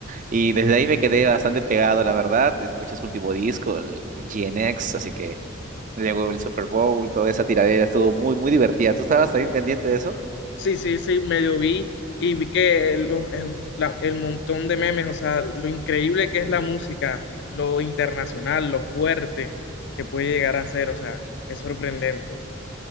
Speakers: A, on the right; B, on the left.
A: Y desde ahí me quedé bastante pegado, la verdad. Escuché su último disco, el GNX, así que luego el Super Bowl, toda esa tiradera estuvo muy, muy divertida. Tú estabas también pendiente de eso,
B: Sí, sí, sí, medio vi y vi que los- eh, la- el montón de memes, o sea, lo increíble que es la música, lo internacional, lo fuerte que puede llegar a ser, o sea, es sorprendente.